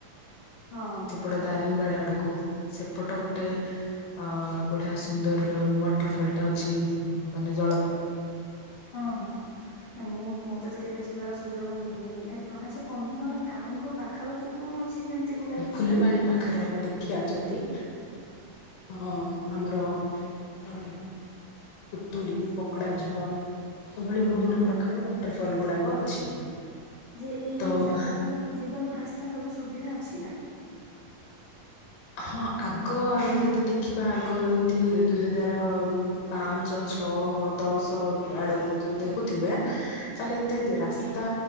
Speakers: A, on the left (about 50°); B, on the left (about 80°).
A: ହଁ।
B: ସେପଟ ଦାରିଙ୍ଗବାଡ ଆଡକୁ ସେପଟ ଗୋଟେ ଅ ବଢିଆ ସୁନ୍ଦର ୱାଟର ଫଲ ଟା ଅଛି ମାନେ ଜଳ
A: ହଁ ହଁ ହଁ। ନା ମୁଁ ମତେ ତ କେବେ ଯିବାର ସୁଯୋଗ ମିଳିନି ଆ ଆଚ୍ଛା କନ୍ଧମାଳ ଟାଉନ ରୁ ପା ପାଖାପାଖି କଣ ଅଛି ଯେମିତି ବୁଲାବୁଲି
B: ଫୁଲବାଣୀ
A: ସ୍ଥାନ?
B: ପାଖରେ ଦେଖିବା ଯଦି ହଁ ଆମର ଅମ୍ ଉତୁଡ଼ି ପକଡା ଝର ଏଭଳି ବିଭିନ୍ନ
A: ହଁ ହଁ
B: ପ୍ରକାର
A: ହଁ।
B: ୱାଟର ଫଲ ଗୁଡାକ ଅଛି।
A: ଯେ ଏଇ
B: ତ
A: ଜାଗା ଗୁଡାକୁ ଯିବାକୁ ରାସ୍ତା ସବୁ ସୁବିଧା ଅଛି ନା?
B: ହଁ ଆଗ ଆମେ ଯଦି ଦେଖିବା ଆଗ ଏମିତି ଦୁଇ ହଜାର ଉଁ ପାଞ୍ଚ ଛହ ଦଶ ଆଡକୁ ଯଦି ଦେଖୁଥିବେ ତାହଲେ ଏତେ
A: ହଁ
B: ରାସ୍ତା